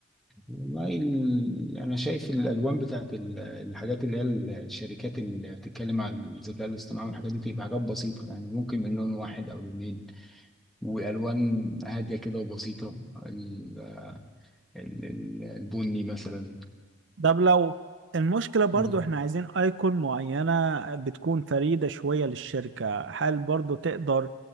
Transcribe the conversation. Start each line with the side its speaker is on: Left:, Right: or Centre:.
Centre: والله ال- انا شايف الالوان بتاعت ال- الحاجات اللي هي ال- الشركات اللي بتتكلم عن الذكاء الاصطناعي والحاجات دي تبقى حاجات بسيطه يعني ممكن من لون واحد او لونين والوان هاديه كده وبسيطه ال- ال- ال- البني مثلا
Right: طب لو المشكلة برضو
Centre: مم.
Right: احنا عايزين ايكون معينة بتكون فريدة شوية للشركة هل برضو تقدر